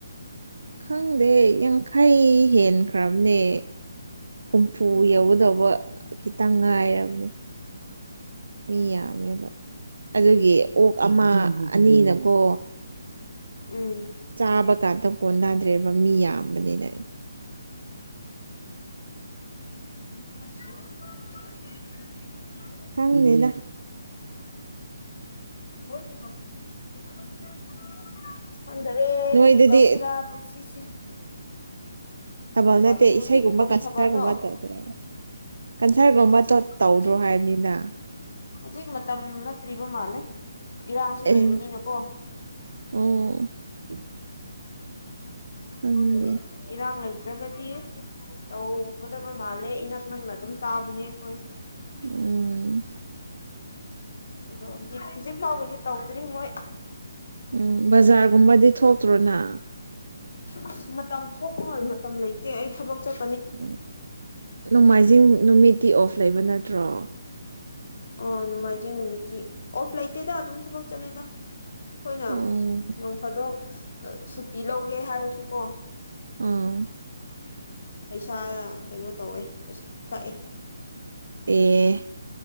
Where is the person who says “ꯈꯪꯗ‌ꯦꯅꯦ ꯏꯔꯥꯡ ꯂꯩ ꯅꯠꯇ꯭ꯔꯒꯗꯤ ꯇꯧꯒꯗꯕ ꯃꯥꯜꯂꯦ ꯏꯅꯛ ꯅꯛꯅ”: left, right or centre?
Left